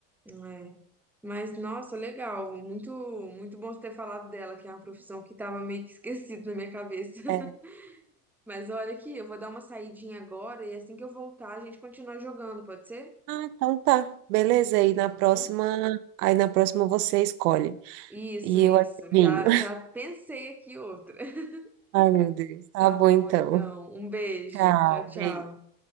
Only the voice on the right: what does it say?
É.
Ah, então tá. Beleza, aí na
próxima,
aí na próxima você escolhe.
E
eu adivinho.
<laughs>
Ai, meu Deus. Tá
bom
então.
Tchau,
beijo.